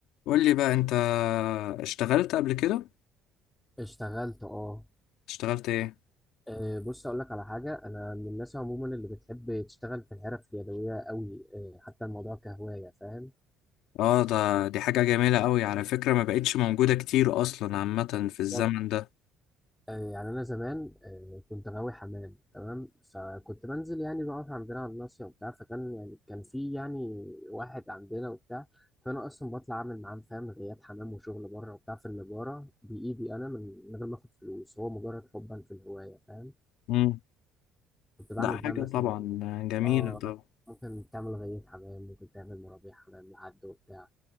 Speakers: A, on the left; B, in the centre.
A: قول لي بقى انت اشتغلت قبل كده
B: اشتغلت اه
A: اشتغلت ايه
B: آه، بص اقول لك على حاجه انا من الناس عموما اللي بتحب تشتغل في الحرف اليدويه قوي آه، حتى الموضوع كهوايه فاهم
A: اه ده دي حاجة جميلة قوي على فكرة ما بقتش موجودة كتير اصلا عامة
B: بالظبط
A: في الزمن ده
B: آه، يعني انا زمان آه، كنت غاوي حمام تمام فكنت بنزل يعني بقف عندنا على الناصيه وبتاع فكان يعني كان في يعني واحد عندنا وبتاع فانا اصلا بطلع اعمل معاه فاهم غيات حمام وشغل بره وبتاع في النجاره بايدي انا من من غير ما اخد فلوس هو مجرد حبا في الهوايه فاهم
A: امم
B: كنت بعمل
A: ده حاجة
B: بقى مثلا
A: طبعا جميلة
B: اه
A: طبعا
B: ممكن تعمل غية حمام ممكن تعمل مرابيع حمام لحد وبتاع